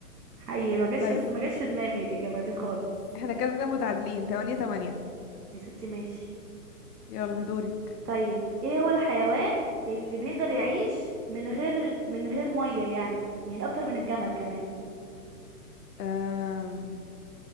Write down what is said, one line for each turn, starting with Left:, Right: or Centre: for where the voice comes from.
Right: حقيقي ما جاش
Left: طيب
Right: بس ما جاش في دماغي الاجابه دي خالص
Left: احنا كده متعادلين تمانية تمانية
Right: يا ستي ماشي
Left: يلا دورك
Right: طيب ايه هو الحيوان اللي بيقدر يعيش من غير من غير ميه يعني يعني اكتر من الجمل كمان
Left: أم...